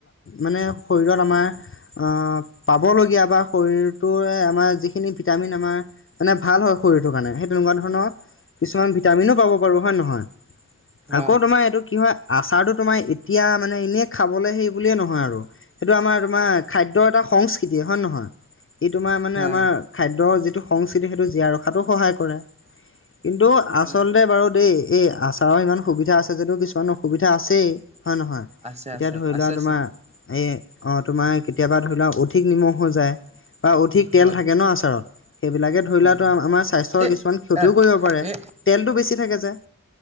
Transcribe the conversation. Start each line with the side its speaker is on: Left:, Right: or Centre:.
Left: মানে শৰীৰত আমাৰ। আহ পাবলগীয়া বা শৰীৰটোৱে আমাৰ যিখিনি ভিটামিন আমাৰ। মানে, ভাল হয় শৰীৰটোৰ কাৰণে সেই তেনেকুৱা ধৰণৰ কিছুমান ভিটামিনো পাব পাৰো হয় নে নহয়?
Right: হয়
Left: আকৌ তোমাৰ এইটো কি হয়, আচাৰটো তোমাৰ এতিয়া মানে এনেই খাবলে সেই বুলিয়ে নহয় আৰু। এইটো আমাৰ তোমাৰ খাদ্যৰ এটা সংস্কৃতি হয় নে নহয়, ই তোমাৰ মানে
Right: হয়।
Left: আমাৰ খাদ্যৰ যিটো সংস্কৃতি সেইটো জীয়াই ৰখাতো সহায় কৰে। কিন্তু আচলতে
Right: হয়
Left: বাৰু দেই, এই আচাৰৰ ইমান সুবিধা আছে যদিও, কিছুমানো সুবিধা আছেই হয় নহয়,
Right: আছে
Left: এতিয়া
Right: আছে
Left: ধৰি
Right: আছে
Left: লোৱা তোমাৰ
Right: আছে
Left: এ অ' তোমাৰ কেতিয়াবা ধৰি লোৱা অধিক নিমখ হৈ যায় বা অধিক তেল
Right: হয়
Left: থাকে ন, আচাৰত সেইবিলাকে ধৰি
Right: হয়
Left: লোৱা,
Right: হয়।
Left: <unintelligible> আমাৰ স্বাস্থ্যৰ
Right: সেই
Left: কিছুমান ক্ষতিও
Right: আহ
Left: কৰিব পাৰে,
Right: এ
Left: তেল টো বেছি থাকে যে।